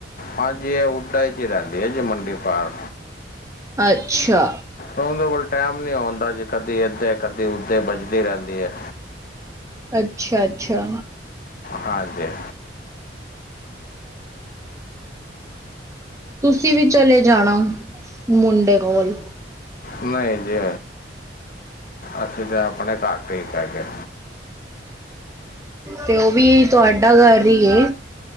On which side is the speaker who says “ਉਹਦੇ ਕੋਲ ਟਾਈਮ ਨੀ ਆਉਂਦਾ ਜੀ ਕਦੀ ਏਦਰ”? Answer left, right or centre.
Left